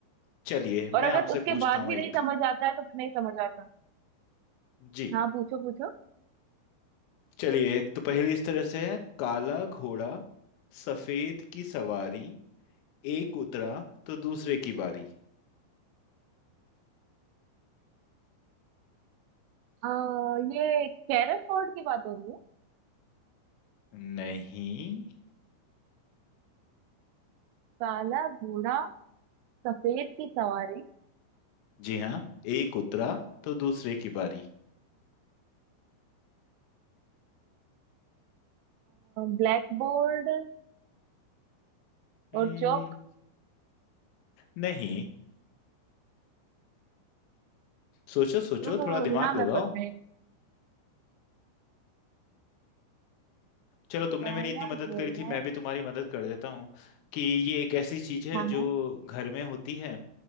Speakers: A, on the left; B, on the right.
A: चलिए मैं
B: और अगर
A: आपसे
B: उसके
A: पूछता
B: बाद
A: हूँ
B: भी
A: एक
B: नहीं समझ आता है तो फिर नहीं समझ आता
A: जी
B: हाँ पूछो पूछो
A: चलिए एक तो पहली इस तरह से है काला घोड़ा सफेद की सवारी एक उतरा तो दूसरे की बारी
B: आ, ये कैरम बोर्ड की बात हो रही है
A: नहीं
B: काला घोड़ा सफेद की सवारी
A: जी हाँ एक उतरा तो दूसरे की बारी
B: ब्लैक बोर्ड
A: हम्म
B: और चौक
A: नहीं सोचो सोचो
B: अ,
A: थोड़ा दिमाग
B: यहाँ मैं
A: लगाओ
B: फंस गई
A: चलो तुमने
B: काला
A: मेरी इतनी मदद
B: घोड़ा
A: करी थी मैं भी तुम्हारी मदद कर देता हूँ कि ये एक ऐसी चीज है
B: हाँ
A: जो
B: हाँ
A: घर में होती है